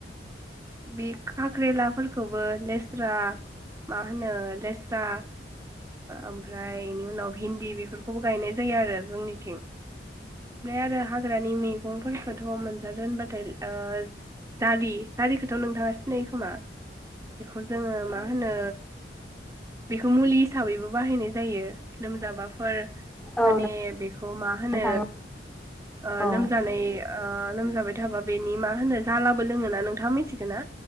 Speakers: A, on the right (about 15°); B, in the centre.
A: बे खाख्रेलाफोरखौबो लेस्रा मा होनो लेस्रा ओमफ्राय बेनि उनाव भिन्दि बेफोरखौबो गायनाय जायो आरो जोंनिथिं ओमफ्राय आरो हाग्रानि मैगंफोरखौथ' मोनजादों होनबाथाय ओ जालि खारिखौथ नोंथाङा सिनायो खोमा बेखौ जोङो मा होनो बेखौ मुलि हिसाबैबो बा बाहायनाय जायो लोमजाबा फोर
B: औ
A: माने बेखौ मा
B: नोंथां
A: होनो ओ
B: औ
A: लोमजानाय ओ लोमजाबाय थाबा बेनि मा होनो जालाबो लोङोना नों थाङा मिथिगोना